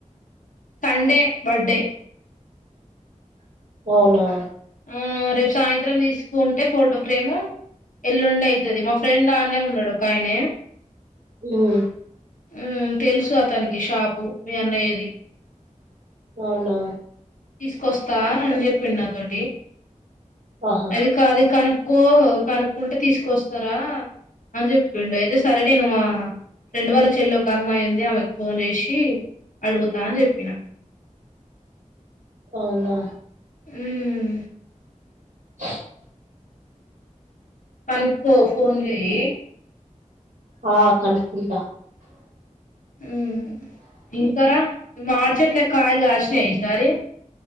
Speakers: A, on the left; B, on the right.
A: సండే బర్డే
B: అవునా
A: ఆ రేపు సాయంత్రం తీసుకుంటే ఫోటో ఫ్రేమ్ ఎల్లుండి అయితది మా ఫ్రెండ్ ఆడానే ఉన్నాడు ఒక ఆయనే
B: మ్మ్
A: మ్మ్ తెలుసు అతనికి షాపు మీ అన్నయ్యది
B: అవునా
A: వాస్త అని చెప్పిండు నా తోటి
B: ఆహా
A: అది కా అది కాను కో కనుక్కుంటే తీసుకొస్తారా అని చెప్పిండు అయితే సరే నేను మా ఫ్రెండ్ వాళ్ళ చెల్లి ఒక అమ్మాయి ఉంది ఆమెకి ఫోన్ చేసి అడుగుతా అని చెప్పిన
B: అవునా
A: మ్మ్
B: ఆ
A: కనుక్కో ఫోన్ చెయి
B: ఆ కనుకంట
A: ఉమ్ ఇంకరా మార్చట్లే కాయలు కాచినా ఈసారి